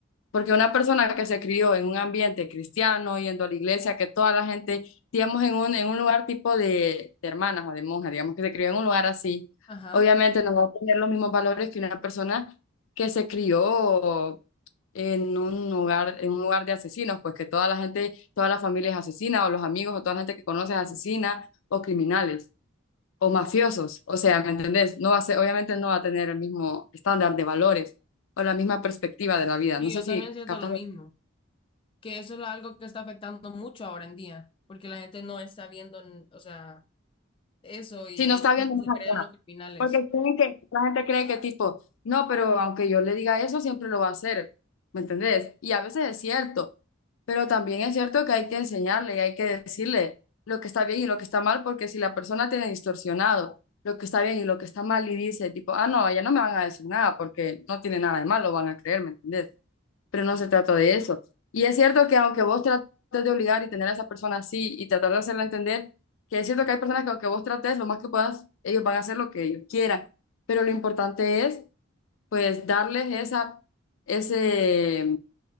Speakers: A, on the left; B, on the left.
A: Porque una persona que se crió en un ambiente cristiano, yendo a la iglesia, que toda la gente, digamos, en un, en un lugar tipo de, de hermanas o de monjas, digamos, que se crió en un lugar así,
B: Ajá.
A: obviamente no va a tener los mismos valores que una persona que se crió en un lugar, en un lugar de asesinos, pues que toda la gente, toda la familia es asesina, o los amigos, o toda la gente que conoce es asesina, o criminales, o mafiosos. O sea, ¿me entendés? No va a ser, obviamente no va a tener el mismo estándar de valores o la misma perspectiva de la vida.
B: Y
A: No sé
B: yo
A: si
B: también siento
A: captas
B: lo mismo, que eso es algo que está afectando mucho ahora en día, porque la gente no está viendo, o sea Eso, y
A: Si
B: ahí
A: no está viendo más
B: se crean
A: allá.
B: los criminales.
A: Porque creen que, la gente cree que tipo, no, pero aunque yo le diga eso, siempre lo va a hacer. ¿Me entendés? Y a veces es cierto, pero también es cierto que hay que enseñarle y hay que decirle lo que está bien y lo que está mal, porque si la persona tiene distorsionado lo que está bien y lo que está mal y dice tipo, ah, no, ya no me van a decir nada porque no tiene nada de malo, van a creer, ¿me entendés? pero no se trata de eso. Y es cierto que aunque vos trates de obligar y tener a esa persona así y tratar de hacerla entender, que es cierto que hay personas que aunque vos trates lo más que puedas, ellos van a hacer lo que ellos quieran, pero lo importante es pues darles esa, ese,